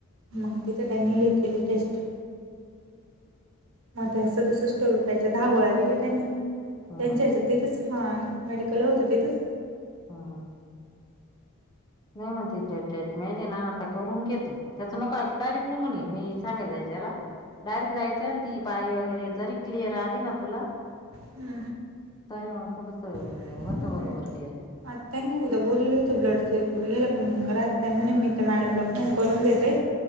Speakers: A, on the right; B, on the left.
A: मग तिथं त्यांनी हे केली टेस्ट मग त्या सदुसष्ट रुपयाच्या दहा गोळा दिल्या त्यांनी,
B: हा
A: त्यांच्या
B: हा
A: याच्या तिथेच हा मेडिकल होतं तिथंच.
B: हा हा. मी म्हणते ते ट्रेटमेन आहे ना आता करून घे तु, त्याच नको ऐकू डयरेक्ट निघून ये मी सांगत जाईल त्याला डायरेक्ट जायचं आणि ती पाळी वगैरे जरी क्लिअर आली ना तुला
A: हम्म
B: <unintelligible>
A: हम्म.
B: होतं बरोबर क्लिअर
A: आ त्यांनी उद्या बोललं होते ब्लड चे <unintelligible> म्हणे मी त्या मॅडमला फोन करून देते.